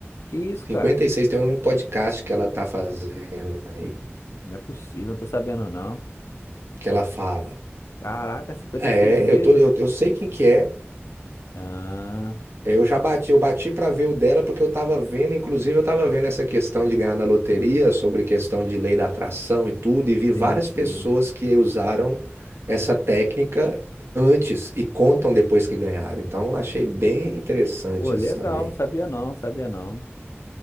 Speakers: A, on the left; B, on the right.
A: Que isso,
B: cinquenta
A: cara?
B: e seis tem um podcast que ela tá fazendo aí,
A: Não é possível, não tô sabendo não.
B: que ela fala.
A: Caraca, 56
B: É,
A: vezes?
B: eu tô, eu, eu sei quem que é,
A: Ah,
B: É, Eu já bati, eu bati para ver o dela porque eu estava vendo, inclusive eu estava vendo essa questão de ganhar na loteria, sobre questão de lei da atração e tudo, e vi várias
A: sim, sim.
B: pessoas que usaram essa técnica antes e contam depois que ganharam. Então achei bem interessante
A: Pô, legal,
B: isso também.
A: não sabia não, sabia não.